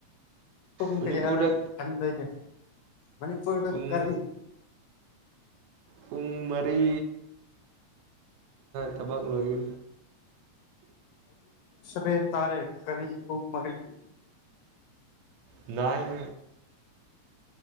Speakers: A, on the left; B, on the right.
A: ꯄꯨꯡ
B: ꯃꯅꯤꯄꯨꯔꯗ
A: ꯀꯌꯥꯗꯥ ꯍꯟꯗꯩꯅꯣ ꯃꯅꯤꯄꯨꯔꯗ
B: ꯄꯨꯡ
A: ꯀꯔꯤ
B: ꯄꯨꯡ ꯃꯔꯤ ꯊꯕꯛ ꯂꯣꯏ
A: ꯁꯕꯦꯟ ꯇꯥꯔꯦ ꯀꯔꯤ ꯄꯨꯡ ꯃꯔꯤ
B: ꯅꯥꯏꯟ